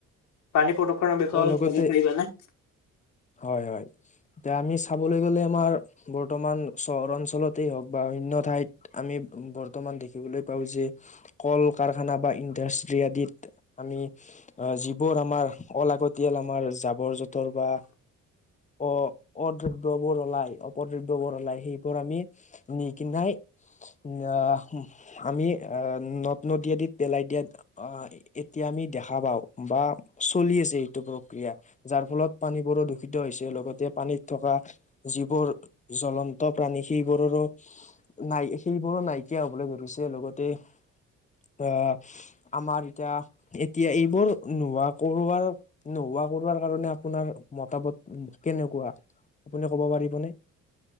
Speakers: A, on the left (about 70°); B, on the left (about 25°).
A: পানী প্ৰদূ্ষণৰ বিষয়ে
B: লগতে
A: কব পাৰিবাানে।
B: হয়, হয় এতিয়া আমি চাবলৈ গ'লে আমাৰ বৰ্তমান চহৰ অঞ্চলতে হওক বা অইণ্য ঠাইত আমি বৰ্তমান দেখিবলৈ পাওঁ যে কল কাৰখনি বা আদিত আমি যিবোৰ আমাৰ অলাগতিয়াল আমাৰ জাবৰ জোঁথৰ বা
A: <inaudible>
B: অ অদ্ৰব্য বৰলাই অপদ্ৰব্য ব়লাই সেইবোৰ আমি নি কিনাই আহ আমি আহ নদ নদী আদিত পেলাই দিয়াত আহ এতিয়া দেখা পাওঁ বা চলি আছে। এইটো প্ৰক্ৰিয়া যাৰ ফলত পানীবোৰ হৈছে লগতে পানীত থকা যিবোৰ জ্বলন্ত প্ৰাণী সেইবোৰৰো নাই সেইবোৰো নাইকিয়া হবলৈ ধৰিছে লগতে- অ' আমাৰ এতিয়া এতিয়া এইবোৰ নোহোৱা কৰোৱাৰ নোহোৱা- <unintelligible> কাৰণে আপোনাৰ মতামত উ কেনেকুৱা আপুনি ক'ব পাৰিবনে।